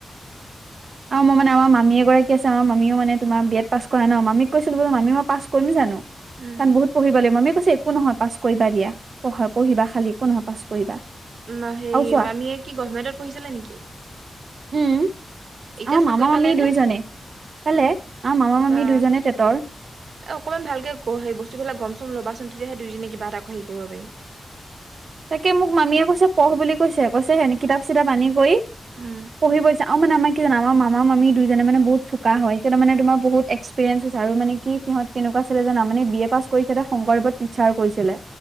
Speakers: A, on the right; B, on the right.
A: <inaudible>
B: আও মই মানে আমা মামী এগৰাকী আছে আমাৰ মামীও মানে তোমাৰ বি এড পাছ কৰা ন মামীক কৈছো বোলো মামী মই পাছ কৰিম জানো।
A: উম।
B: কাৰণ বহুত পঢ়িব লাগিব মামীয়ে কৈছে একো নহয় পাছ কৰিবা দিয়া পঢ়া পঢ়িবা খালি একো নহয় পাছ কৰিবা।
A: উম হেই
B: আৰু চোৱা
A: মামীয়ে কি গভমেণ্টত পঢ়িছিলে নেকি
B: উম।
A: এতিয়া
B: আমাৰ
A: চাকৰি
B: মামা
A: পালে
B: মামী
A: নে?
B: দুইজনে, পালে আমা মামা মামী
A: বা
B: দুইজনে টেটৰ
A: এ অকনমান ভালকে ক সেই বস্তু বিলাক গম চম ল'বাচোন তেতিয়াহে দুইজনীয়ে কিবা এটা ক হেৰি কৰিব পাৰিম।
B: তাকে মোক মামীয়ে কৈছে পঢ় বুলি কৈছে কৈছে হেন কিতাপ চিতাপ আনি কৰি
A: উম
B: পঢ়িব দিছে। আও মানে আমাৰ কি জানা আমাৰ মামা মামী দুইজনে মানে বহুত চোকা হয় সিহঁত মানে তোমাৰ বহুত এক্সপেৰিেঞ্চ হৈছে আৰু মানে কি সিহঁত কেনেকোৱা আছিলে জানা মানে বি এ পাছ কৰি সিহঁতে শংকৰদেৱত টিছাৰ কৰিছিলে।